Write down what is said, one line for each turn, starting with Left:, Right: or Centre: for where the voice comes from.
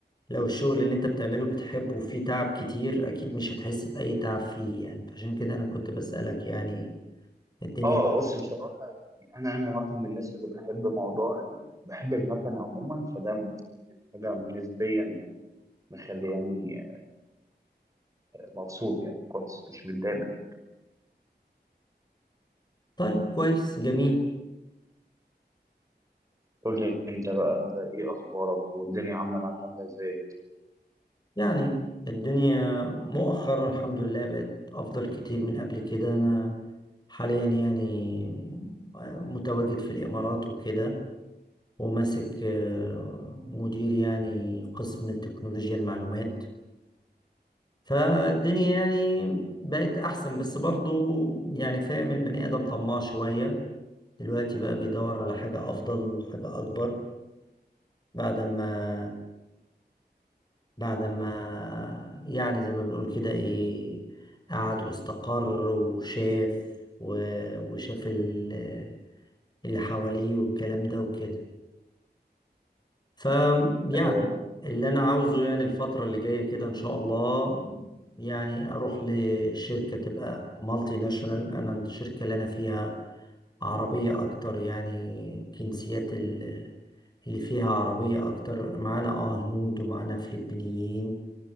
Left: لو الشغل اللي انت بتعمله بتحبه وفيه تعب كتير اكيد مش هتحس بأي تعب فيه يعني فعشان كده انا كنت بسألك يعني الدنيا
Right: آه بص انا انا واحد من الناس اللي بحب موضوع ال- بحب المكن عموما فده حاجه نسبيا مخلياني مبسوط يعني كويس مش متضايق منها
Left: طيب كويس جميل
Right: قول لي انت بقى انت ايه اخبارك والدنيا عامله معاك عامله ازاي
Left: يعني الدنيا مؤخرا الحمد لله بقت افضل كتير من قبل كده انا حاليا يعني متواجد في الامارات وكده وماسك آه، مدير يعني قسم تكنولوجيا المعلومات فالدنيا يعني بقت أحسن بس برضو يعني فاهم البني آدم طماع شوية دلوقتي بقى بيدور على حاجة أفضل وحاجة أكبر بعد ما بعد ما يعني زي ما بنقول كده إيه قعد واستقر وشاف و- وشاف ال- اللي حواليه والكلام ده وكده فيعني
Right: آه،
Left: اللي انا عاوزه يعني الفترة اللي جاية كده ان شاء الله يعني اروح لشركة تبقى مالتي ناشونال انا الشركة اللي انا فيها عربية اكتر يعني جنسيات ال- اللي فيها عربية اكتر معانا اه هنود ومعانا فلبينيين